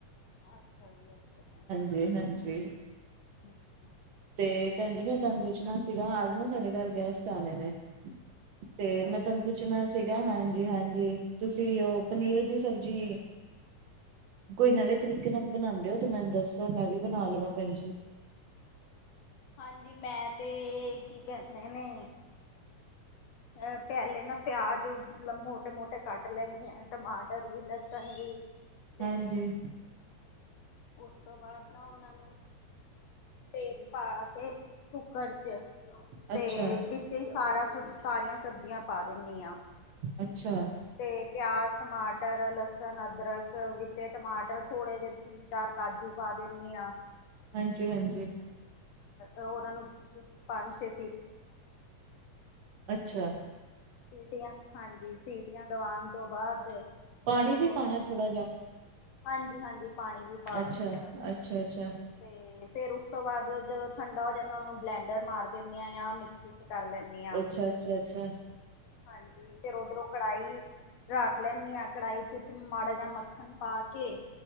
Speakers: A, on the left (about 65°); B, on the right (about 65°).
A: ਅੱਛਾ ਜੀ, ਅੱਛਾ।
B: ਜੀ, ਹਾਂਜੀ।
A: ਹੂੰ-ਹੂੰ। <unintelligible>
B: ਤੇ ਭੈਣਜੀ, ਮੈਂ ਤੁਹਾਨੂੰ ਪੁੱਛਣਾ ਸੀਗਾ, ਅੱਜ ਨਾ ਸਾਡੇ ਘਰ ਗੈਸਟ ਆਣੇ ਨੇ? ਤੇ ਮੈਂ
A: ਅੱਛਾ
B: ਤੁਹਾਨੂੰ ਪੁੱਛਣਾ
A: ਜੀ
B: ਸੀਗਾ, ਹਾਂਜੀ-ਹਾਂਜੀ, ਤੁਸੀਂ ਉਹ ਪਨੀਰ ਦੀ ਸਬਜ਼ੀ ਕੋਈ ਨਵੇਂ ਤਰੀਕੇ ਨਾਲ ਬਣਾਉਂਦੇ ਹੋ, ਤੇ ਮੈਨੂੰ ਦੱਸੋ ਮੈਂ ਵੀ ਬਣਾ ਲਵਾਂ <unintelligible>
A: ਹਾਂਜੀ ਮੈਂ ਤੇ ਕੀ ਕਹਿੰਦੇ ਨੇ ਅਹ ਪਹਿਲੇ ਨਾ ਪਿਆਜ ਮੋਟੇ-ਮੋਟੇ ਕੱਟ ਲੈਂਦੀ ਹਾਂ। ਟਮਾਟਰ ਵੀ ਲਸਣ ਵੀ ਤੇ
B: ਹਾਂਜੀ
A: ਉਸ ਤੋਂ ਬਾਅਦ ਨਾ ਉਹਨਾਂ ਨੂੰ ਤੇਲ ਪਾ ਕੇ ਕੁੱਕਰ ਚ ਤੇ
B: ਅੱਛਾ
A: ਵਿੱਚ ਹੀ ਸਾਰਾ ਸਾਰੀਆਂ ਸਬਜ਼ੀਆਂ ਪਾ ਦਿੰਦੀ ਹਾਂ।
B: ਅੱਛਾ।
A: ਤੇ ਪਿਆਜ ਟਮਾਟਰ ਲਸਣ ਅਦਰਕ ਵਿੱਚ ਟਮਾਟਰ ਥੋੜੇ ਜੇ ਤਿੰਨ ਚਾਰ ਕਾਜੂ ਪਾ ਦਿੰਦੀ ਹਾਂ।
B: ਹਾਂਜੀ, ਹਾਂਜੀ।
A: ਉਹਨਾਂ ਨੂੰ ਪੰਜ ਛੇ
B: ਅੱਛਾ।
A: ਸੀਟੀਆਂ ਹਾਂਜੀ, ਸੀਟੀਆਂ ਦਵਾਉਣ ਤੋਂ ਬਾਅਦ
B: ਪਾਣੀ
A: ਜਦੋਂ
B: ਵੀ ਪਾਉਣਾ ਥੋੜਾ ਜਿਹਾ
A: ਹਾਂਜੀ-ਹਾਂਜੀ ਪਾਣੀ ਵੀ ਪਾ
B: ਅੱਛਾ
A: ਕੇ ਥੋੜ੍ਹਾ ਜਾ
B: ਅੱਛਾ
A: ਅਤੇ
B: ਅੱਛਾ
A: ਫੇਰ ਉਸ ਤੋਂ ਬਾਅਦ ਜਦੋਂ ਠੰਡਾ ਹੋ ਜਾਂਦਾ, ਉਹਨੂੰ ਬਲੈਂਡਰ ਮਾਰ ਦਿੰਦੇ ਹਾਂ ਜਾਂ ਮਿਕਸੀ 'ਚ ਕਰ ਲੈਂਦੀ ਹਾਂ।
B: ਅੱਛਾ ਅੱਛਾ ਅੱਛਾ
A: ਹਾਂਜੀ ਫਿਰ ਉਧਰੋਂ ਕੜਾਹੀ ਰੱਖ ਲੈਂਦੀ ਹਾਂ, ਕੜਾਹੀ ਚ ਮਾੜਾ ਜਾ ਮੱਖਣ ਪਾ ਕੇ